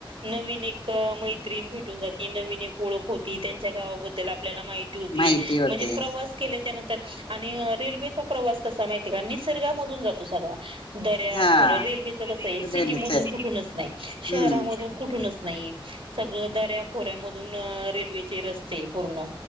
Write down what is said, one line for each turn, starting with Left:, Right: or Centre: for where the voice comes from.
Right: नवीन एक मैत्रीण भेटून जाती. नवीन एक ओळख होती. त्यांच्या गावाबद्दल आपल्या आपल्याला माहिती होती.
Left: माहिती होते
Right: म्हणजे प्रवास केल्याच्या न तर आणि रेल्वेचा प्रवास कसा माहिती आहे का, निसर्गामधून जातो सगळा. दर्या
Left: हा
Right: खोरं. रेल्वेचं कसं आहे
Left: उद्याला
Right: सिटीमधून
Left: चल
Right: कुठूनच नाही, शहरामधून
Left: हम्म
Right: कुठूनच नाही. सगळं दऱ्या खोऱ्यामधून रेल्वेचे रस्ते पूर्ण.